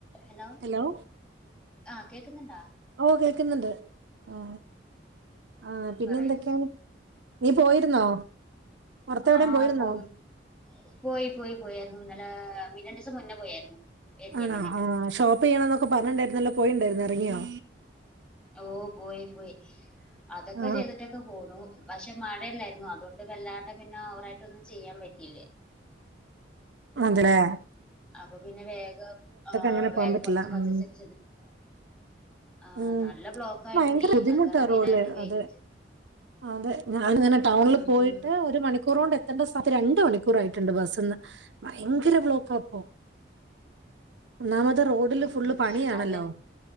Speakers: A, in the centre; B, on the right (about 75°).
A: Hello.
B: Hello.
A: ആഹ് കേക്കുന്നുണ്ടാ
B: ഓഹ് കേൾക്കുന്നുണ്ട് ആ ആ പിന്നെ
A: പറയൂ
B: എന്തൊക്കെയാണ് നീ പോയിരുന്നോ? പുറത്തെ എവിടെയും
A: ആഹ്
B: പോയിരുന്നോ
A: പോവും പോയി പോയി പോയായിരുന്നു ഇന്നലെ രണ്ടീസം മുന്നേ പോയായിരുന്നു മേടിക്കാൻ
B: ആണാ
A: വേണ്ടിട്ട്
B: ആ ഷോപ്പ് ചെയ്യണന്നൊക്കെ പറഞ്ഞിണ്ടരുന്നല്ലോ
A: ഉം ഉം
B: പോയിണ്ടായിരുന്നാ ഇറങ്ങിയോ?
A: ഓ പോയി പോയി അതൊക്കെ
B: ആ
A: ചെയ്തിട്ടൊക്കെ പോന്നു പക്ഷെ മഴല്ലായിരുന്നൊ അതുകൊണ്ട് വല്ലാണ്ടെ പിന്നെ ഓറായിട്ടൊന്നും ചെയ്യാൻ പറ്റിയില്ലേ
B: അതല്ലേ
A: അപ്പൊ പിന്നെ വേഗം ആ
B: അങ്ങനെ പോകാൻ
A: വേഗം
B: പറ്റില്ല
A: കുറച്ച് പജസ
B: ഉം
A: ഒക്കെ ചെയതിട്ട് <unintelligible> ആഹ്
B: ഉം
A: നല്ല ബ്ലോക്ക് ആയിരുന്നേ
B: ഭയങ്കര ബുദ്ധിമുട്ടാ
A: അതാണ് മെയിനായിട്ട്
B: റോഡില്
A: ഉപയോഗിച്ചത്
B: അതെ അതെ ഞാനിങ്ങനെ ടൗണിൽ പോയിട്ട്
A: ഉം
B: ഒരു മണിക്കൂർ കൊണ്ട് എ ത്തണ്ട സമയത്ത് രണ്ട് മണിക്കൂർ ആയിട്ടുണ്ട് ബസ്സിന്ന് ഭയങ്കര ബ്ലോക്കാപ്പോ ഒന്നാമത് റോഡില്
A: ഉം
B: ഫുള്ള്
A: ഉം
B: പണിയാണല്ലോ
A: അതെ